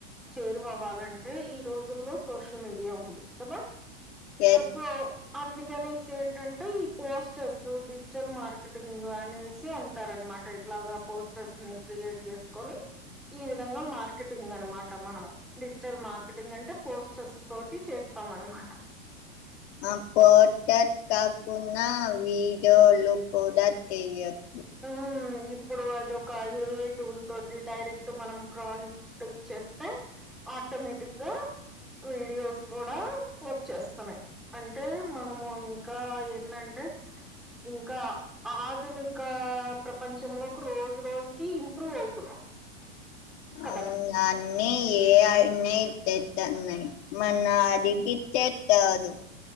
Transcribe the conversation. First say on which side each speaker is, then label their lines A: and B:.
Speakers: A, in the centre; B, on the left (about 60°).
A: చేరువవ్వాలంటే ఈ రోజుల్లో సోషల్ మీడియా దే ఉంది కదా
B: ఎత్
A: సో అందుకనేసి ఏంటంటే పోస్టర్స్ డిజిటల్ మార్కెటింగ్ అనేసి అంటారు అనమాట ఇట్లాగా పోస్టర్స్ ని క్రియేట్ చేసుకొని ఈ విధంగా మార్కెటింగ్ అనమాట మనం డిజిటల్ మార్కెటింగ్ అంటే పోస్టర్స్ పోటీ చేస్తాం అనమాట
B: ఆ పోస్టర్స్ కాకున్న విడియోలు కూడా చేయ అహ
A: హ్మ్. ఇప్పుడు అది ఒక ఏఐ టూల్ తోటి డైరెక్ట్ మనం ప్రాంట్ ఇచ్చేస్తే ఆటోమేటిక్గా వీడియోస్ కూడా వచ్చేస్తున్నాయి అంటే మనము ఇంకా ఏందాంటే ఇంకా ఆధుని క ప్రపంచం లోకి రోజు రోజుకి ఇంప్రూవ్ అవుతున్నాం కదా!
B: అవును అన్ని ఎఐ నే చే తన్నాయి ఏమన్న అడిగితే చాదు